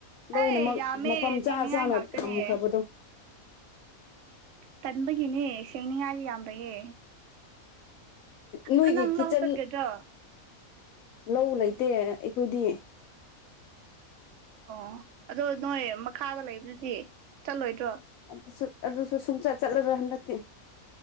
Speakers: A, on the left (about 70°); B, on the right (about 65°).
A: ꯂꯣꯏꯅꯃꯛ
B: ꯑꯩ ꯌꯥꯝꯃꯦ
A: ꯃꯐꯝ ꯆꯥ
B: ꯁꯦꯡꯅꯤꯡꯉꯥꯏ
A: ꯆꯥꯅ
B: ꯉꯥꯛꯇꯅꯦ
A: ꯊꯝꯈ꯭ꯔꯕꯗꯣ
B: ꯇꯟꯕꯒꯤꯅꯦ ꯁꯅꯤꯌꯥꯜꯂꯤ ꯌꯥꯝꯕꯒꯦ
A: ꯅꯣꯏꯒꯤ
B: ꯑꯗꯨ ꯅꯪ
A: ꯀꯤꯠꯆꯟ
B: ꯂ ꯎ ꯇꯔꯒꯦꯗ꯭ꯔ
A: ꯂꯧ ꯂꯩ ꯂꯩ ꯑꯠꯇꯦ ꯑꯩꯈꯣꯏꯗꯤ
B: ꯑꯣ ꯑꯗꯣ ꯅꯣꯏ ꯃꯈꯥꯗ ꯂꯩꯕꯗꯨꯗꯤ ꯆꯠꯂꯣꯏꯗ꯭ꯔꯣ
A: ꯑꯗꯨꯁꯨ ꯑꯗꯨꯁꯨ ꯁꯨꯡꯆꯠ ꯆꯠꯂꯔꯣꯏ ꯍꯟꯗꯛꯇꯤ